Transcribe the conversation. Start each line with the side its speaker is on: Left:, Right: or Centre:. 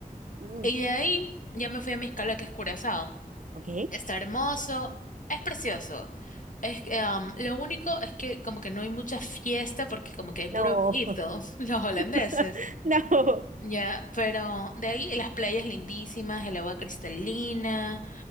Right: mm,
Left: Y de ahí ya me fui a mi escala que es Curazao.
Right: ok.
Left: Está hermoso, es precioso. Es que, am, lo único es que como que no hay mucha fiesta porque como que hay puro
Right: No,
Left: viejito, <laughs> los holandeses.
Right: <laughs> no.
Left: Ya, pero de ahí las playas lindísimas, el agua cristalina,